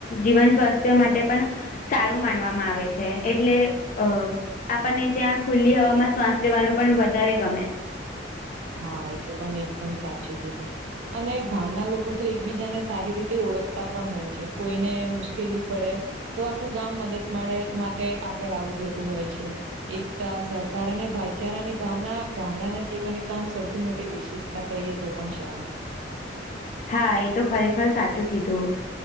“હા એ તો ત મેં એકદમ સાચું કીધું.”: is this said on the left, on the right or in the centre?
Right